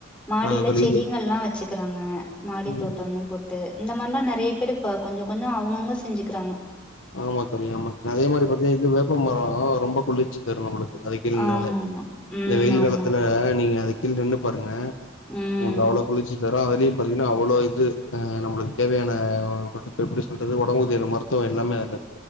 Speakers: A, in the centre; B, on the left (about 65°).
A: மாடியில
B: அதா தோழி
A: செடிங்கள்லா
B: இது
A: வச்சுக்க ராங்க மாடி
B: ம்
A: தோட்டம்னு போட்டு இந்த மார்லா நெறைய பேரு இப்ப கொஞ்ச கொஞ்ச அவுங்கவுங்க செஞ்சிக்கிறாங்க
B: ஆமா தோழி ஆமா அதே மாரி பாத்தீயா இது வேப்ப மரோ ரொம்ப குளிர்ச்சி தரு நம்முளுக் அதுக்கினுனால
A: ஆமா ஆமா ம்
B: இந்த வெயில்
A: ஆமா
B: காலத்துல
A: ஆமா
B: நீங்க அதுக் கீழ் நின்னுப் பாருங்க
A: ம்
B: உங்களுக்கு அவ்ளோ குளிர்ச்சி தரு அதுலயு பாத்தீங்னா அவ்ளோ இது அ நம்முளுக்கு தேவையான எப்டி சொல்றது ஒடம்புக்கு தேவ மருத்துவ எல்லாமே அது